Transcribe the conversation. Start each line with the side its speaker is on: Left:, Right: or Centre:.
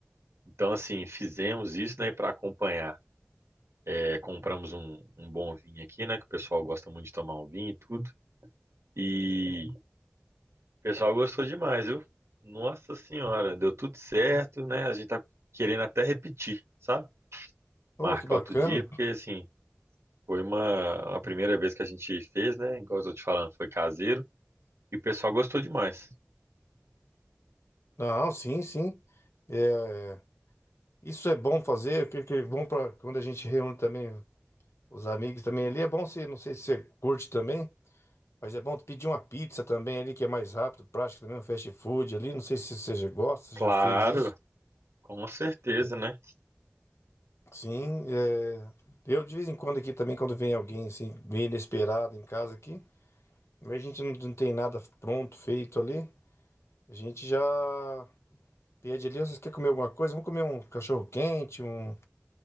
Right: Então, assim, fizemos isso, né? Para acompanhar, é, compramos um, um bom vinho aqui, né? Que o pessoal gosta muito de tomar um vinho e tudo. E o pessoal gostou demais, viu? Nossa Senhora, deu tudo certo, né? A gente tá querendo até repetir, sabe?
Left: Oh,
Right: Marcar
Left: que bacana.
Right: outro dia, porque assim. Foi uma, a primeira vez que a gente fez, né? Igual eu tô te falando, foi caseiro. E o pessoal gostou demais.
Left: Não, sim, sim. É, isso é bom fazer, que, que é bom para quando a gente reúne também os amigos também ali. É bom se, não sei se você curte também, mas é bom pedir uma pizza também ali, que é mais rápido, prático também, um fast food ali. Não sei se você já gosta, se
Right: Claro,
Left: já fez isso.
Right: com certeza,
Left: É,
Right: né?
Left: sim, é, eu de vez em quando aqui também, quando vem alguém assim, meio inesperado em casa aqui, a gente não não tem nada pronto, feito ali. A gente já. Dia de Deus, vocês querem comer alguma coisa? Vamos comer um cachorro quente, um,